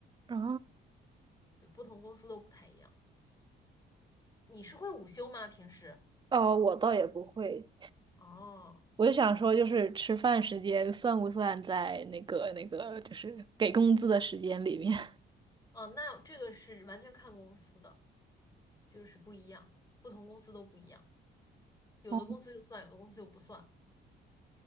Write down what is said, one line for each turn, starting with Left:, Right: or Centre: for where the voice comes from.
Right: 啊，
Left: 对不同公司都不太一样。你是会午休吗？平时？
Right: 哦，我倒也不会，
Left: 哦，
Right: 我就想说，就是吃饭时间算不算在那个那个，就是给工资的时间里面？
Left: 哦，那这个是完全看公司的，就是不一样，不同公司都不一样。有的公司就算，
Right: 哦，
Left: 有的公司就不算，